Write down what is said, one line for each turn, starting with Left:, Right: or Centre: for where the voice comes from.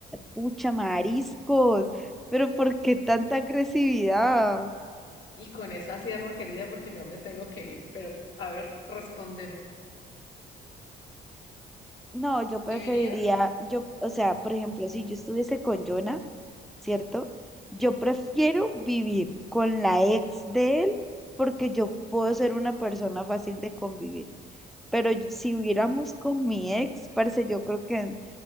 Centre: pucha, mariscos, pero ¿por qué tanta agresividad?
Left: Y con esa cierro, querida, porque ya me tengo que ir. Pero, a ver, respóndeme.
Centre: No, yo
Left: ¿Vivirías?
Centre: preferiría, yo, o sea, por ejemplo, si yo estuviese con Jonah, ¿cierto? Yo prefiero vivir con la ex de él porque yo puedo ser una persona fácil de convivir. Pero y- si hubiéramos con mi ex, parce, yo creo que en